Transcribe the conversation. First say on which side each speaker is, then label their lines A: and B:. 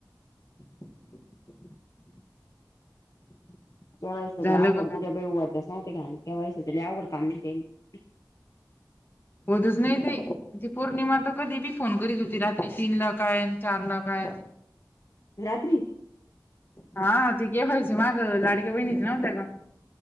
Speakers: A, on the left; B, on the left.
A: <unintelligible>
B: केवायसी
A: झालं
B: अवघड
A: का मग
B: दिले काम होतंच नव्हते काम केवायसी अवघड काम दिले त्यानी <unintelligible>
A: होतचं नाही ते पौर्णिमा तर कधी बी फोन करीत होती रात्री तीन ला काय चार काय हाय
B: रात्री.
A: हा केवायसी मागे लाडक्या बहिणीच नव्हत्या का.